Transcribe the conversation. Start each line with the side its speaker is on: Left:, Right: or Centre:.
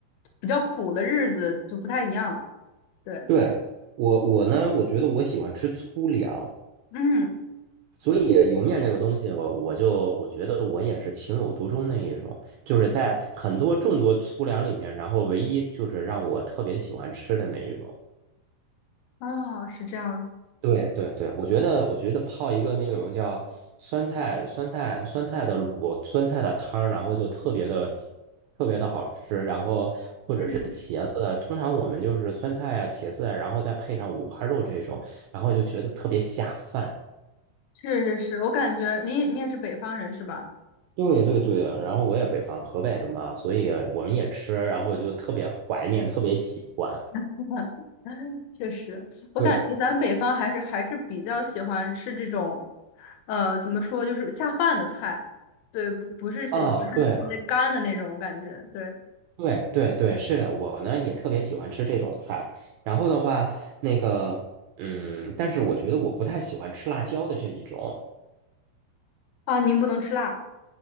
Left: 比较苦的日子就不太一样，对，
Right: 对我我呢，我觉得我喜欢吃粗粮，
Left: 嗯，
Right: 所以油面这个东西我，我就我觉得我也是情有独钟那一种，就是在很多众多粗粮里边，然后唯一就是让我特别喜欢吃的那一种。
Left: 哦，是这样子。
Right: 对对对，我觉得，我觉得泡一个那种叫酸菜、酸菜、酸菜的卤、酸菜的汤儿，然后就特别的、特别的好吃。然后或者是茄子的，
Left: 嗯。
Right: 通常我们就是酸菜啊、茄子啊，然后再配上五花肉这种，然后就觉得特别下饭。
Left: 是是是，我感觉你你也是北方人是吧？
Right: 对对对，然后我也北方河北的嘛，所以我们也吃，然后就特别怀念，特别喜欢。
Left: <laughs> 确实，我感觉咱北方还是还是比较喜欢吃这种，
Right: 对
Left: 呃，怎么说，就是下饭的菜，对，不不是是不是就是特别干的那种感觉，
Right: 啊，对，
Left: 对
Right: 对对对，是的，我呢也特别喜欢吃这种菜。然后的话，那个，嗯，但是我觉得我不太喜欢吃辣椒的这一种。
Left: 啊，您不能吃辣，